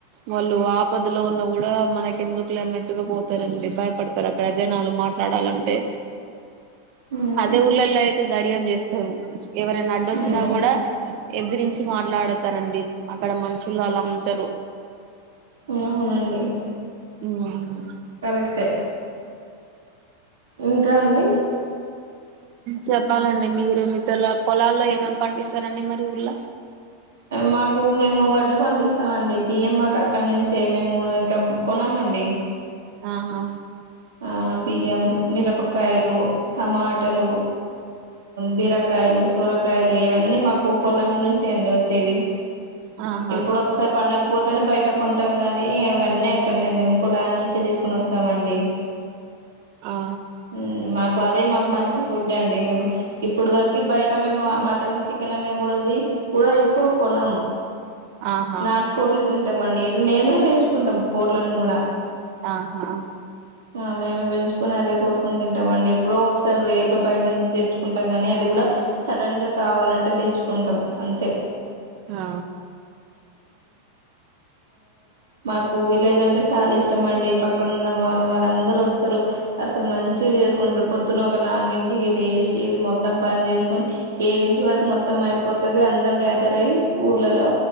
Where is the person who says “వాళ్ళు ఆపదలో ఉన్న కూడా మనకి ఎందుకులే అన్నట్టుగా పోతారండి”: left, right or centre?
Right